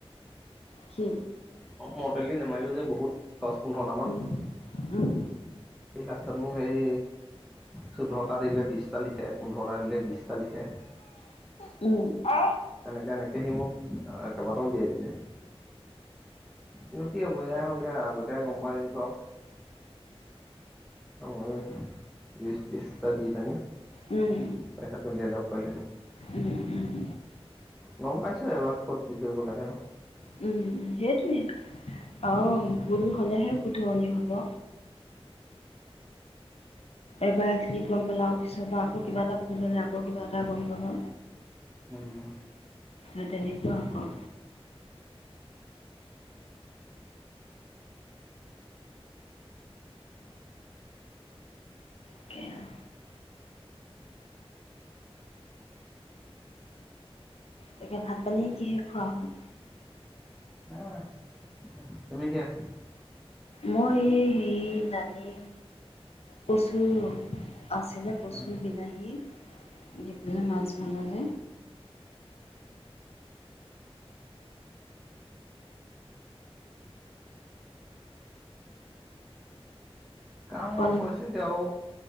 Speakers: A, on the left (about 80°); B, in the centre.
A: সি
B: অ <unintelligible> ি নমাইিলো যে বহুত দহ পোন্ধৰটা মান
A: উম উম
B: সি লাষ্টত মোক সেই চৈধ্যটা দিলে বিটা লিখে পোন্ধৰটা দিলে বিশটা লিখে
A: উম উম উম উম উম উম উম
B: এনেকে এনেকে সি মোক কেইবাটাও উলিয়াই দিলে কিন্তু কি হব এয়াই হলগে আগতেয় গম প দিমত মই বি বিটা দি পানি
A: উম
B: পইচাটো বিয় লগ পলোহেন
A: উম উম
B: গম পাইছো এবাৰ ক'ত কি কৰিব লাগে ন
A: উম, সেইটোৱে অ ভুল হলেহে শুধৰনি হব। এইবাৰ খি গম পেলাও। পিছত বা আকৌ কিবা এটা ভুল হলে আকৌ কিবা এটা গম পাবা
B: উম
A: ‌অ তেনেকুৱা আকৌ তাকে আৰু তাকে ভাত পানীয়ে কিহে খোৱা হল
B: আহ তুমি কিয়
A: মই সি দালি কচু, আছিলে কচু,
B: অ
A: বিলাহী। এপিনে মছ বনালে
B: কাম
A: কল
B: হৈছেগে আৰু